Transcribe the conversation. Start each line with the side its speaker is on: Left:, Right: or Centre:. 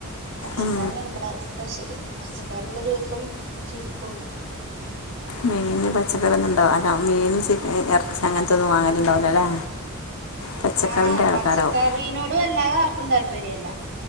Right: പച്ചക്കറിയാണ്
Left: ഉം.
Right: ഇവിടെ സ്പെഷ്യല് പച്ചക്കറി ഉള്ള ദിവസം ചുരുക്കുള്ളൂ
Left: മീന്, പച്ചക്കറി, ഒന്നും ഇണ്ടാവ അല്ല മീൻ ഇറച്ചി അങ്ങനത്തൊന്നും വാങ്ങലുണ്ടാവലോ അല്ലേ. പച്ചക്കറിൻ്റെ
Right: ആ,
Left: ആൾക്കാരാവും
Right: പച്ചക്കറീനോട് വല്ലാതെ ആർക്കും താല്പര്യമല്ല